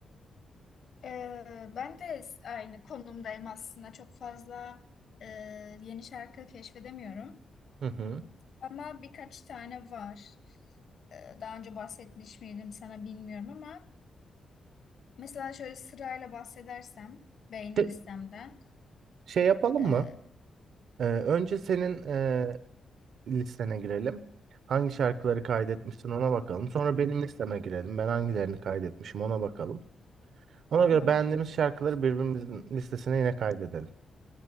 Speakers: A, on the left (about 55°); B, on the right (about 70°).
A: Ee, ben de s- aynı konumdayım aslında. Çok fazla e, yeni şarkı keşfedemiyorum.
B: Hı hı.
A: Ama birkaç tane var. Ee, daha önce bahsetmiş miydim sana bilmiyorum ama mesela şöyle sırayla bahsedersem beğeni
B: Şey,
A: listemden
B: şey yapalım
A: e,
B: mı? E, önce senin e, listene girelim. Hangi şarkıları kaydetmişsin ona bakalım. Sonra benim listeme girelim. Ben hangilerini kaydetmişim ona bakalım. Ona
A: olur.
B: göre beğendiğimiz şarkıları birbirimizin listesine yine kaydedelim.